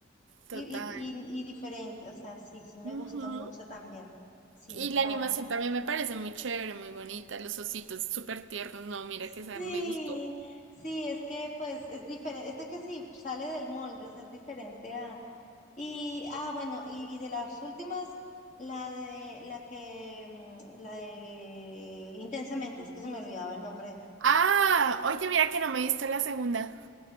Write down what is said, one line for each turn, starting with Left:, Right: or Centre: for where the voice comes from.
Right: total.
Left: y, y, y, y diferente, o sea, sí, sí me
Right: Ujú.
Left: gustó mucho también, sí,
Right: Y la
Left: para.
Right: animación también me parece muy chévere, muy bonita. Los ositos súper tiernos. No, mira
Left: Sí,
Right: que esa me gustó.
Left: sí, es que pues es diferente, es que sí, sale del molde, o sea, es diferente a Y, ah, bueno, y, y de las últimas, la de, la que, mm, la de Intensamente, es que se me olvidaba el nombre,
Right: Ah, oye, mira que no me he visto la segunda.